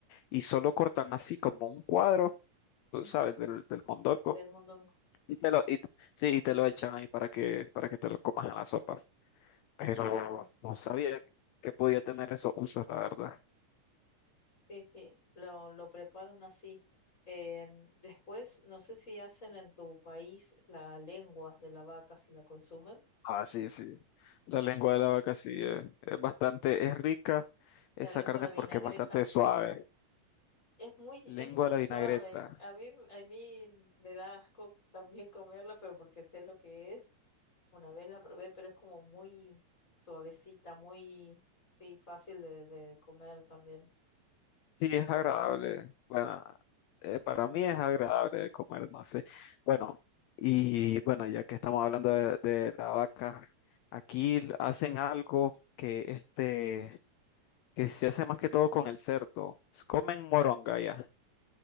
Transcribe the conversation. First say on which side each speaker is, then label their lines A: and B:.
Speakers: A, on the left; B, on the left.
A: y solo cortan así como un cuadro, tú
B: Ujú,
A: sabes, del, del mondongo,
B: Del mondongo.
A: y te lo, y, sí, y te lo echan ahí para que, para que te lo comas en la sopa. Pero
B: Mira vos,
A: no sabía que podía tener esos usos, la verdad.
B: sí, sí, lo, lo preparan así. Em, después, no sé si hacen en tu país la lengua de la vaca, si la consumen.
A: Ah, sí, sí. La lengua de la vaca sí eh, es bastante, es rica
B: La
A: esa
B: lengua,
A: carne
B: la vinagreta.
A: porque es bastante suave.
B: Es muy, es
A: Lengua
B: muy
A: de
B: suave.
A: la vinagreta.
B: A mí, a mí me da asco <laughs> también comerla, pero porque sé lo que es. Una vez la probé, pero es como muy suavecita, muy, sí, fácil de, de comer también.
A: Sí, es
B: La
A: agradable.
B: lengua.
A: Bueno, eh, para mí es agradable de comer, no sé. Bueno, y bueno, ya que estamos hablando de, de la vaca, aquí l- hacen algo que este, que se hace más que todo con el cerdo. S- Comen moronga ya.